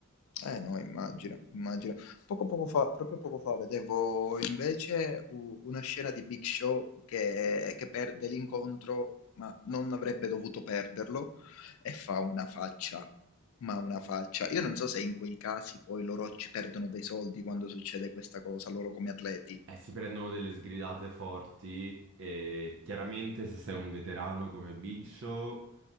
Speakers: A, on the left; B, on the right.
A: eh no, immagino, immagino. Poco poco fa proprio poco fa vedevo invece u una scena di Big Show che che perde l'incontro, ma non avrebbe dovuto perderlo, e fa una faccia, ma una faccia. Io non so se in quei casi poi loro ci perdono dei soldi quando succede questa cosa, loro come atleti.
B: Eh, si prendono delle sgridate forti e chiaramente se sei un veterano come Big Show,